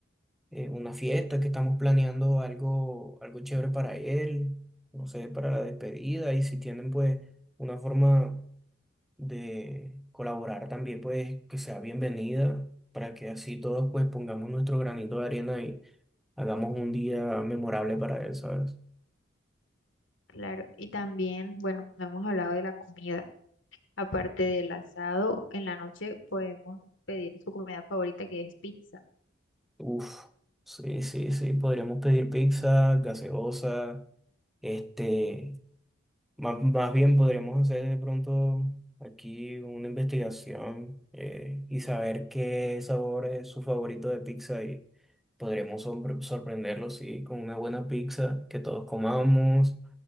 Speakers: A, in the centre; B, on the left (about 80°).
A: eh, una fiesta, que estamos planeando algo, algo chévere para él, no sé, para la despedida y si tienen pues una forma de colaborar también pues que sea bienvenida para que así todos pues pongamos nuestro granito de arena y hagamos un día memorable para él, ¿sabes?
B: Claro, y también, bueno, no hemos hablado de la comida. Aparte del asado, en la noche podemos pedir su comida favorita que es pizza.
A: Uf, sí, sí, sí, podríamos pedir pizza, gaseosa, este, más, más bien podríamos hacer de pronto aquí una investigación eh, y saber qué sabor es su favorito de pizza y podremos sorpre- sorprenderlo, sí, con una buena pizza que todos comamos